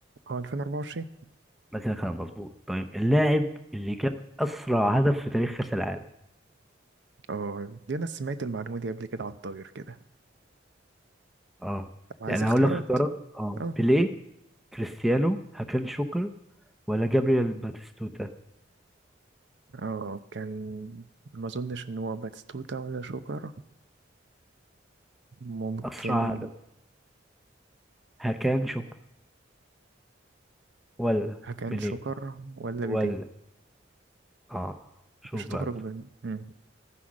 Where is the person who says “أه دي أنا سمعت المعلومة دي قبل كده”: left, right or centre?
Right